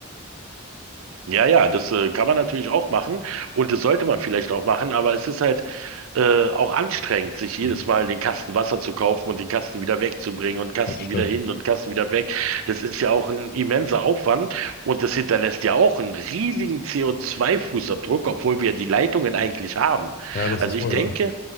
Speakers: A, on the right; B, on the left.
A: Ja, ja, das äh, kann man natürlich auch machen und das sollte man vielleicht auch machen, aber es ist halt äh, auch anstrengend, sich jedes
B: Mhm.
A: Mal den Kasten Wasser zu kaufen und den Kasten wieder wegzubringen und Kasten
B: Das stimmt.
A: wieder hin und Kasten wieder weg. Das ist ja auch ein immenser Aufwand und das hinterlässt ja auch einen riesigen CO2-Fußabdruck, obwohl wir die Leitungen eigentlich haben.
B: Ja, das
A: Also
B: ist
A: ich
B: wohl
A: denke,
B: wahr.